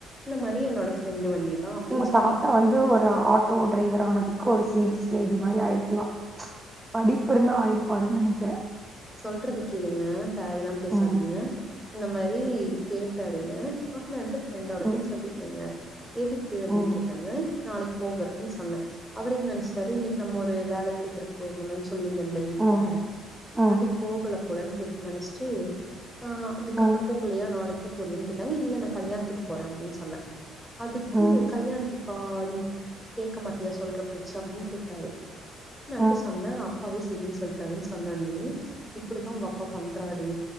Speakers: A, in the centre; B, on the right (about 20°).
A: இந்த மாரி என்னோட ஃப்ரெண்டு வண்டி தான் அப்படின்னு
B: உங்க
A: சொல்லிட்டேன்
B: தாத்தா வந்து ஒரு ஆட்டோ டிரைவர் ஆனதுக்கு ஒரு C B C I D மாரி ஆயிருக்கலா படிப்பு இருந்தா ஆயிருப்பாருன்னு நெனைக்கிறே
A: சொல்றது கேளுங்க தேவல்லா பேசாதீங்க
B: ம்
A: இந்த மாதிரி கே ட்டாருங்க <unintelligible> சொல்லிருக்கேங்க
B: ம்
A: எதுக்கு அப்டின்னு
B: ம்
A: கேட்டாங்க நாளைக்கு போகறக்குன்னு சொன்னே அவரு என்ன நெனைச்சாரு இன்னைக்கு நம்ம ஒரு வேல கேக்குற போகணும்ன்னு சொல்லியிருந்தன்ல வீட்ல
B: ம் ம்
A: அதுக்கு போகல போலன்னு கேட்டு நெனைச்சுட்டு ஆ அதுக்கப்புறோ
B: ம்
A: போகலையா நாளைக்கு <unintelligible> போறியான்னு கேட்டாங்க இல்ல நா கல்யாணத்துக்கு போறே அப்டின்னு சொன்னே அதுக்கு
B: ம்
A: கல்யாண துக்கா நீ கேட்க மாட்டியா சொல்ற பேச்சு அப்டின்னு கேட்டாரு நான்ட்டு
B: ம்
A: சொன்னே அப்பாவே செரின்னு சொல்லிட்டாருன்னு சொன்னேன் இப்படித்தா உங்க அப்பா பண்றாரு